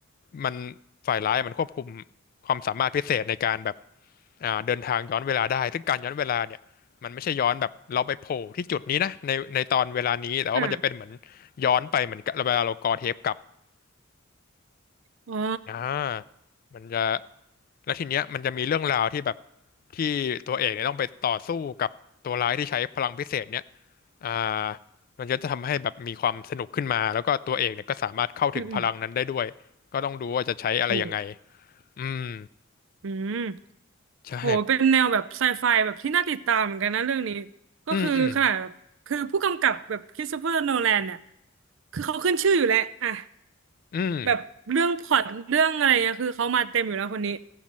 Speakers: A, on the left (about 45°); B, on the right (about 65°).
A: มันฝ่ายร้ายมันควบคุมความสามารถพิเศษในการแบบอ่าเดินทางย้อนเวลาได้ซึ่งการย้อนเวลาเนี่ยมันไม่ใช่ย้อนแบบเราไปโผล่ที่จุดนี้นะในในตอนเวลานี้แต่ว่ามันจะเป็นเหมือน
B: อ่า
A: ย้อนไปเหมือนกับเวลาเรากอเทปกลับ
B: อ๋อ
A: อ่ามันจะแล้วทีเนี้ยมันจะมีเรื่องราวที่แบบที่ตัวเอกเนี่ยต้องไปต่อสู้กับตัวร้ายที่ใช้พลังพิเศษเนี่ยอ่ามันก็จะทำให้แบบมีความสนุกขึ้นมาแล้วก็ตัวเอกเนี่ยก็สามารถเข้าถึงพลังนั้นได้ด้วยก็ต้องดูว่าจะใช้อะไรยังไง
B: อืมอืมโห
A: อืม
B: อืม
A: ใช่
B: โหเป็นแนวแบบไซไฟแบบที่น่าติดตามเหมือนกันนะเรื่องนี้ก็คือขนาดแบบคือผู้กำกับแบบคริสโตเฟอร์โนแลนเนี่ย
A: อืม อืม
B: คือเขาขึ้นชื่ออยู่แล้วอ่ะ
A: อืม
B: แบบเรื่องพล็อตเรื่องอะไรเนี่ยคือเขามาเต็มอยู่แล้วคนนี้